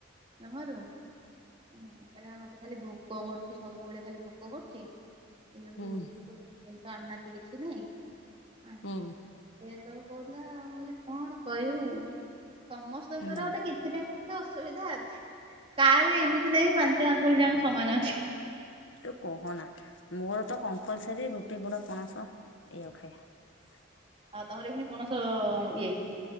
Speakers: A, on the right; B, on the left.
A: ଜମାରୁ ହୁଁ କହିଲା ମତେ ଖାଲି ଭୋକ କରୁଛି ସବୁବେଳେ ଖାଲି ଭୋକ କରୁଛି ଏରା ଗୋଟେ
B: ହୁଁ
A: <unintelligible> ଲୋକ <unintelligible> ଆଣୁ ନାହାନ୍ତି କିଛି ନାହିଁ ଆ
B: ହୁଁ।
A: ଏଇଆ ସବୁ କହୁଥିଲା ମୁଁ କହିଲି କଣ କହିବୁ? ସମସ୍ତଙ୍କର
B: ହୁଁ
A: ଗୋଟେ କିଛି ନା କିଛି ଅସୁବିଧା ଅଛି କାର ଏମିତି ନାହିଁ ପାଞ୍ଚ ଆଙ୍ଗୁଳି ଯା ସମାନ ଅଛି।
B: ତୁ କହନା ମୋର ତ କମ୍ପଲସରୀ ଗୁ ଗୋଟି ଗୁଡ଼ ପଣସ ଏୟାକୁ ଖାଇବା।
A: ଆଉ ତମର ଏ <unintelligible> ପଣସ ଇଏ